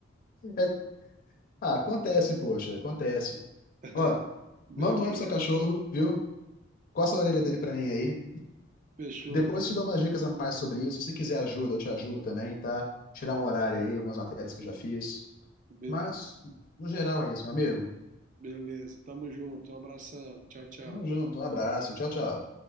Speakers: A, on the left (about 45°); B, on the right (about 40°).
A: É- ah, acontece, poxa, acontece.
B: <laughs>
A: Ó,
B: Beleza,
A: manda um oi pro seu cachorro, viu? Coça a orelha dele pra mim aí.
B: fechou.
A: Depois te dou umas dicas a mais sobre isso. Se quiser ajuda, eu te ajudo também, tá? Tirar um horário aí, algumas matérias que eu já fiz.
B: Beleza,
A: Mas, no geral, é isso, meu amigo.
B: beleza. Tamo junto. Um abração. Tchau, tchau.
A: Tamo junto, um abraço, tchau, tchau.